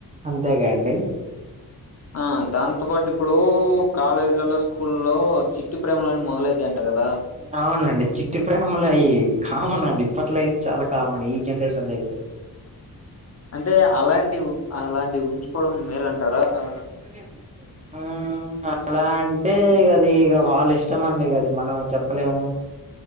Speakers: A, on the right; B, on the left.
A: అంతేగా అండి
B: ఆ దాంతో పాటు ఇప్పుడు కాలేజీలల్లో స్కూల్లొ చిట్టి ప్రేమలు అనే మొదలైతాయంట గదా
A: అవునండి చిక్ త్రీ ప్రేమలు మళ్ళాయి కామన్ అండి ఇప్పట్లో అయితే చాలా కామన్ ఈ జనరేషన్ లో అయితే
B: అంటే అలాంటివ్ అలాంటివి ఉంచుకోవడం మేలు అంటారా ఆ
A: న్ న ల్ మంచి డైవ్ ఉ అలా అంటే ఇగ అది వాళ్ళ ఇష్టం అండి ఇగ మనం చెప్పలేము